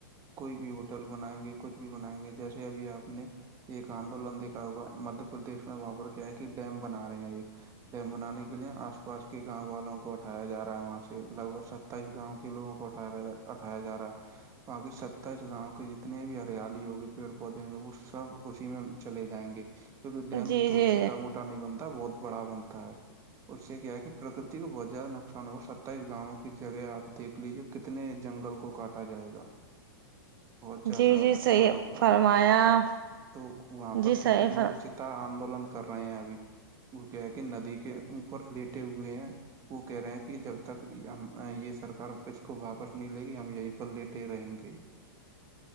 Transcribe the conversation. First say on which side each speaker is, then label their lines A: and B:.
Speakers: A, on the right; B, on the right.
A: کوئی بھی ہوٹل بنائیں گے کچھ بھی بنائیں گے جیسے ابھی اپ نے ایک آندولن دیکھا ہوگا مدھیہ پردیش میں وہاں پر کیا ہے کہ ڈیم بنا رہے ہیں ایک ڈیم بنانے کے لیے آس پاس کے گاؤں والوں کو ہٹایا جا رہا ہے وہاں سے لگ بھگ س ستائیس گاؤں کے لوگوں کو اٹھا اٹایا جا رہا ہے <unintelligible> باقی ستر اس گاؤں کے جتنے بھی ہریالی ہوگی پیڑ پودے ہوں گے وہ سب اسی میں چلے جائیں گے کیونکہ ڈیم
B: جی جی
A: چھوٹا موٹا نہیں بنتا بہت بڑا بنتا ہے اس سے کیا ہے کہ پرکتی کو بہت زیادہ نقصان ہو ستائیس گاؤں کی جگہ آپ دیکھ لیجیے کتنے جنگل کو کاٹا جائے گا بہت زیادہ
B: جی جی
A: نقصان
B: صحیح
A: ہوگا
B: فرمایا
A: تو وہاں
B: جی
A: پر
B: صحیح
A: کیا ہے لوگ
B: فر
A: آندولن کر رہے ہیں ابھی وہ کیا ہے کہ ندی کے اوپر لیٹے ہوئے ہیں وہ کہہ رہے ہیں کہ جب تک یہ سرکار اس کو واپس نہیںلے گی ہم یہیں پر لیٹے رہیں گے